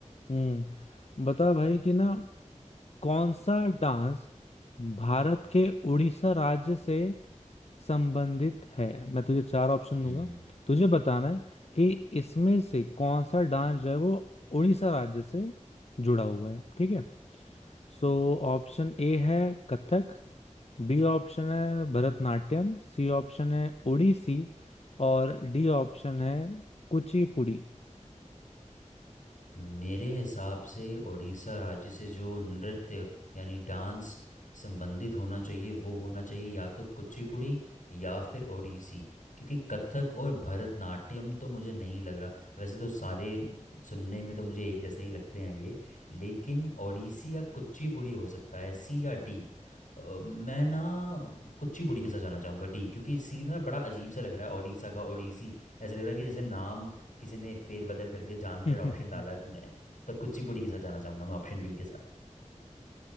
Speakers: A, on the left (about 55°); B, on the left (about 85°).
A: हम्म बता भाई कि ना कौन सा डांस भारत के उड़ीसा राज्य से संबंधित है मैं तुझे चार ऑप्शन
B: हम्म
A: दूंगा तुझे बताना है कि इसमें से कौन सा डांस जो है वो उड़ीसा राज्य से जुड़ा हुआ है ठीक है सो ऑप्शन ए है कथक बी ऑप्शन है भरतनाट्यम सी ऑप्शन है ओडिसी और डी ऑप्शन है कुचिपुड़ी
B: मेरे हिसाब से उड़ीसा राज्य से जो नृत्य यानी डांस संबंधित होना चाहिए वो होना चाहिए या तो कुचिपुड़ी या फिर ओडिसी क्योंकि कथक और भरतनाट्यम तो मुझे नहीं लग रहा वैसे तो सारे सुनने में तो मुझे एक जैसे ही लगते हैं ये लेकिन ओडिसी या कुचिपुड़ी हो सकता है सी या डी अ, मैं ना कुचिपुड़ी के साथ जाना चाहूँगा डी क्योंकि सी ना बड़ा अजीब सा लग रहा है ओडिशा का ओडिसी ऐसा लग रहा है कि जैसे नाम किसी ने फेरबदल करके जानकर
A: <laughs>
B: ऑप्शन डाला है तूने तो कुचिपुड़ी
A: हम्म
B: के साथ जाना चाहूंगा मैं ऑप्शन डी के साथ